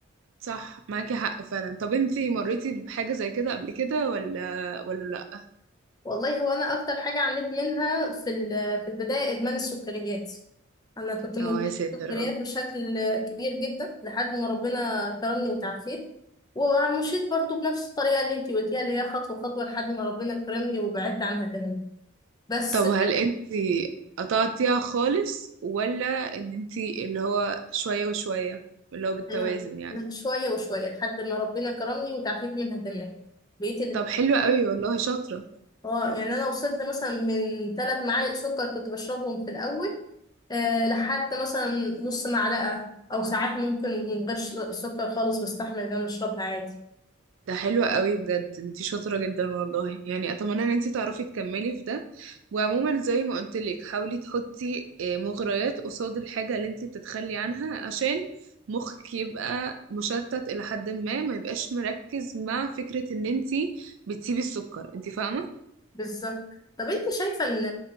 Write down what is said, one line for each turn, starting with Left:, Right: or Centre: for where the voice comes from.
Right: صح معاكي حق فعلا طب انتي مريتي بحاجة زي كده قبل كده ولا ولا لا
Left: والله هو انا اكتر حاجه عانيت منها في ال- في البدايه ادمان السكريات انا كنت مدمنه
Right: اه يا ساتر
Left: سكريات
Right: يا رب
Left: بشكل كبير جدا لحد ما ربنا كرمني وتعافيت ومشيت برضو بنفس الطريقه اللي انت قلتيها اللي هي خطوه خطوه لحد ما ربنا كرمني وبعدت عنها تماما بس
Right: طب هل انتي قطعتيها خالص ولا ان انتي اللي هو شوية وشوية اللي هو بالتوازن
Left: أنا
Right: يعني
Left: شويه وشويه لحد ما ربنا كرمني وتعافيت منها تماما بقيت
Right: طب حلو قوي والله شاطرة
Left: اه يعني انا وصلت مثلا من ثلاث معالق سكر كنت بشربهم في الاول أه لحد مثلا نص معلقه او ساعات ممكن من غير ش- سكر خالص بستحمل ان انا اشربها عادي
Right: ده حلو قوي بجد انتي شاطرة جدا والله يعني اتمنى ان انتي تعرفي تكملي في ده وعموما زي ما قلتلك حاولي تحطي آه، مغريات قصاد الحاجة اللي انتي بتتخلي عنها عشان مخك يبقى مشتت الى حد ما ما يبقاش مركز مع فكرة ان انتي بتسيبي السكر انتي فاهمة؟
Left: بالظبط طب انت شايفه ان